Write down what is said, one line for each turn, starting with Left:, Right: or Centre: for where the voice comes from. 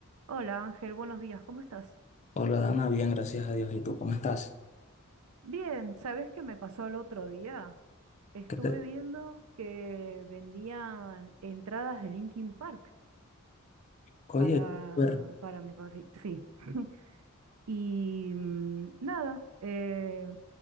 Right: Hola Ángel, buenos días, ¿cómo estás?
Left: Hola Dana, bien, gracias a Dios. ¿Y tú cómo estás?
Right: Bien, ¿sabes qué me pasó el otro día? Estuve
Left: ¿Qué te...
Right: viendo que vendían entradas de Linkin Park
Left: Oye,
Right: para,
Left: súper.
Right: para mi papá. Sí. sí. <laughs> Y mm, nada, eh,